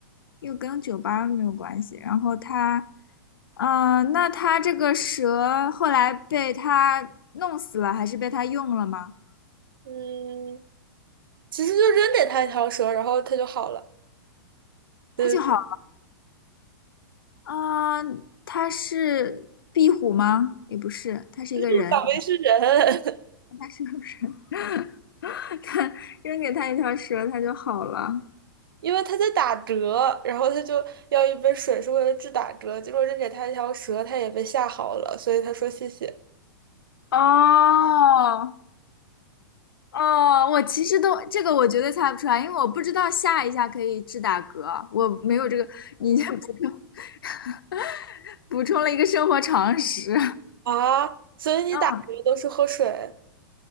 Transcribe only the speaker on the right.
嗯，其实就扔给他一条蛇，然后他就好了。嗯，
不想喂是人，
<laughs> 因为他在打嗝，然后他就要一杯水是为了治打嗝，结果扔给他一条蛇，他也被吓好了，所以他说谢谢。
啊，所以你打嗝都是喝水